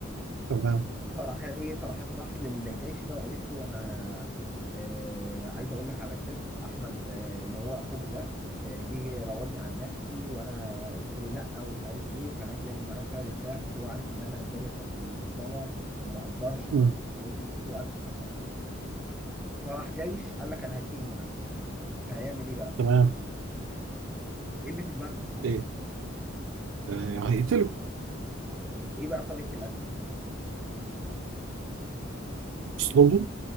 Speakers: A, on the right (about 70°); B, in the centre.
A: تمام
B: فراح ايه فراحت راحت للجيش ده وقالت له انا آه عايز اقول لك على سر احمد آه اللي هو اخوك ده آه جه راودني عن نفسي وانا قلت له لا ومش عارف ايه وكان عايز يعمل معايا فعل الفاحش وهو عارف ان انا الجاريه بتاعتك المفضله وما قدرش وما
A: م.
B: عملتش ايه تي- تي- تي، وقعدت تسخن فيه وراح جيش قال لك انا هتقي من هيعمل ايه بقى؟
A: تمام
B: ايه اللي في دماغك ممكن يعمله؟
A: ايه آه، هيقتله
B: ايه إيه بقى طريقة الأكل؟
A: اسلوبه